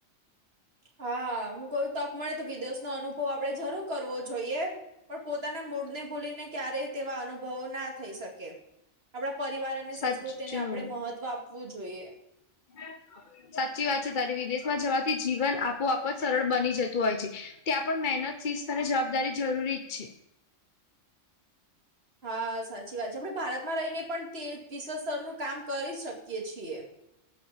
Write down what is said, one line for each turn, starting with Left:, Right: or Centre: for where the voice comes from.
Right: હા હું કોઈ તક મળે તો વિદેશ નો અનુભવ આપડે જરૂર કરવો જોઈએ. પણ પોતાના મૂળને ભૂલીને ક્યારેય તેવા અનુભવો ના થઈ શકે આપણા પરિવાર અને
Left: સાચું
Right: સંસ્કૃતિને આપણેે મહત્વ આપવું જોઈએ.
Left: <inaudible> <inaudible> સાચી વાત છે તારી વિદેશમાં જવાથી જીવન આપોઆપ જ સરળ બની જતું હોય છે. ત્યાં પણ મહેનત શિસ્ત અને જવાબદારી જરૂરી જ છે.
Right: હા સાચી વાત છે આપડે ભારતમાં રહીને પણ તે વિશ્વ સ્તરનું કામ કરી શકીએ છીએ.